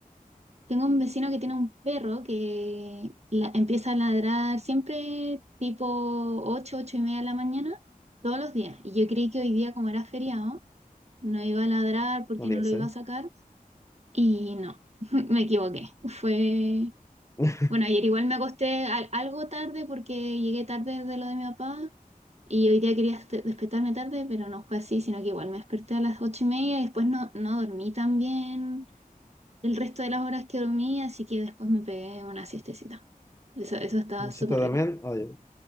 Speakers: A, on the right (about 45°); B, on the left (about 20°).
A: Tengo un vecino que tiene un perro que la- empieza a ladrar siempre tipo ocho ocho y media de la mañana, todos los días. Y yo creí que hoy día, como era feriado, no iba a ladrar porque
B: No lo
A: no lo
B: sé.
A: iba a sacar. Y no, <laughs> me equivoqué. Fue,
B: <laughs>
A: bueno, ayer igual me acosté al- algo tarde porque llegué tarde de lo de mi papá. Y hoy día quería este- despertarme tarde, pero no fue así, sino que igual me desperté a las ocho y media y después no, no dormí tan bien el resto de las horas que dormí, así que después me pegué una siestecita. Eso, eso estaba
B: ¿Usted
A: súper
B: está también?
A: rico.
B: Oye.